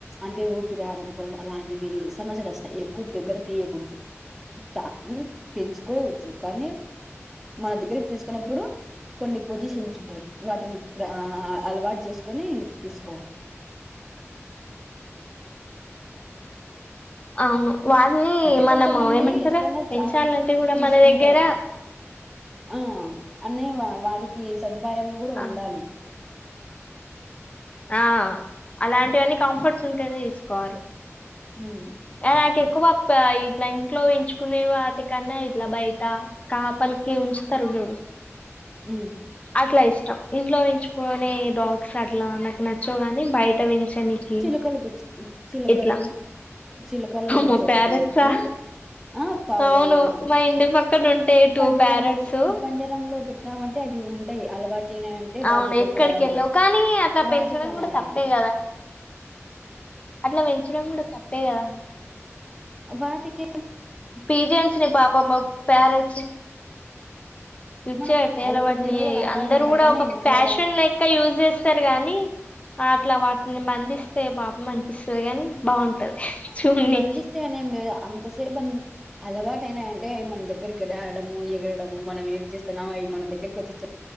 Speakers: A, in the centre; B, on the left (about 25°).
A: అంటే ఊపిరి ఆడకపోవడం అలాంటివి సమస్యలు వస్తాయి. దగ్గర తీయకూడదు కు. చ పెంచుకోవచ్చు కానీ మన దగ్గరికి తీసుకున్నప్పుడు కొన్ని పొజిషన్స్ ఉంటాయి వాటిని ప్ర అలవాటు చేసుకొని తీసుకోవాలి
B: అవును వాటిని
A: అంటే
B: మనము
A: కొంతమంది
B: ఏమంటారు
A: ఇష్టంగా
B: పెంచాలంటే
A: చ
B: కూడా
A: తీసుకుంటారు
B: మన దగ్గర
A: ఆ అన్న వాడికి సదుపాయాంగా కూడా
B: ఆ
A: ఉండాలి
B: ఆ అలాంటివన్నీ కంఫర్ట్స్ ఉంటేనే తీసుకోవాలి
A: ఉమ్
B: నాకు ఎక్కువ ఇట్లా ఇంట్లో పెంచుకునే వాటి కన్నా ఇట్లా బయట కాపలికి ఉంచుతరుడు
A: ఉమ్
B: అట్లా ఇష్టం ఇంట్లో పెంచు కొనే డాగ్స్ అ ట్లా నాకు నచ్చవుగాని బయట పెంచనికి
A: చిలకలు పిచ్చి చిలకలు
B: ఇట్లా
A: చిలకలను పెంచొచ్చు
B: మా ప్యారెట్సా
A: ఆ ఆ పావుాలను
B: అవును మా ఇంటి పక్కన ఉంటాయి టూ
A: పంజరం
B: ప్యారెట్స్
A: వేసి పంజర లో పెట్ సమ అంటే అవి ఉంటాయి అలవాటు అనా అంటే బా
B: అవును
A: దగ్గరికి
B: ఎక్కడికి
A: రాడం
B: వెళ్ళవు
A: అలా
B: కానీ అట్లా
A: వాటికి
B: పెంచడం
A: అలా
B: కూడా తప్పే
A: ఏ
B: కదా అట్లా పెంచడం కూడా తప్పే కదా
A: వాటిక
B: పీజిన్స్ న పాపమ్మ ప్యరెట్స్ ఇచ్చేట్టల
A: మనం అది
B: వాటిని
A: కొన్ని రోజులు అలవాటు
B: అందరు
A: అయిందంటేనే
B: కూడా ఒక
A: ఇంట్లో
B: ప్యాషన్ లైక్గా యూజ్ చేస్తారు గానీ అట్లా వా మందిస్తే పాప అనిపిస్తుంది గాని బాగుంటది చూడ్నికి
A: బంధిస్తే అనే ఏం లేదు అంతసేపు బ అలవాటుయినా అంటే మన దగ్గరికి రావడము ఎగరడము మనం ఏం చేస్తున్నా అవి మన దగ్గరకి వచ్చి చూ